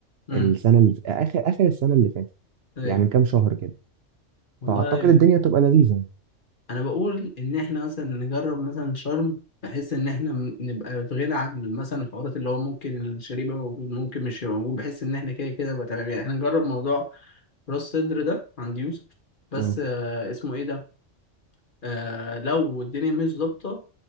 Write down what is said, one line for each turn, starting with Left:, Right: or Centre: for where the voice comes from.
Left: امم
Right: السنه اللي في اخر اخر السنه اللي فاتت
Left: ايوه
Right: يعني من كام شهر كده
Left: والله
Right: فاعتقد الدنيا تبقى لذيذه يعني
Left: انا بقول ان احنا مثلا نجرب مثلا شرم بحيث ان احنا م- نبقى في غنى عن مثلا الحوارات اللي هو ممكن الشريب يبقى موجود ممكن مش يبقى موجود بحيث ان احنا كده كده يبقى تمام يعني احنا نجرب موضوع راس صدر ده عند يوسف بس
Right: اه
Left: آه اسمه ايه ده آه لو الدنيا مش ظابطه